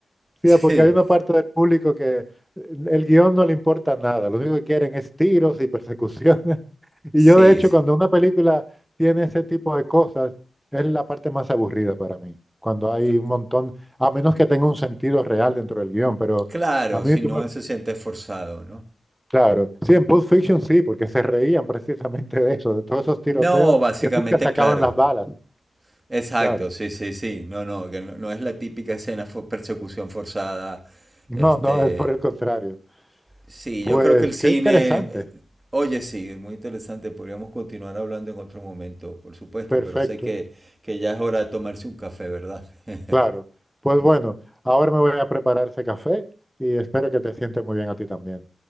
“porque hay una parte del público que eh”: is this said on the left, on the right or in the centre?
Centre